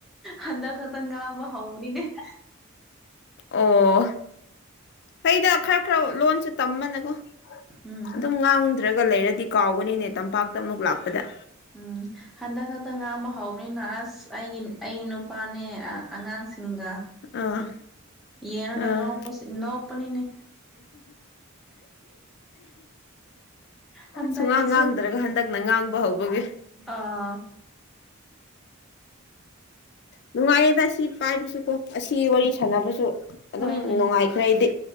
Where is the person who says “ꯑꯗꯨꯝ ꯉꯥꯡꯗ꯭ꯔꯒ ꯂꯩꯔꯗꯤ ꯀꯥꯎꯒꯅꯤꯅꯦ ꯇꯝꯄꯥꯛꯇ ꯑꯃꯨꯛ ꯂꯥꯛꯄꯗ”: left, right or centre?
Left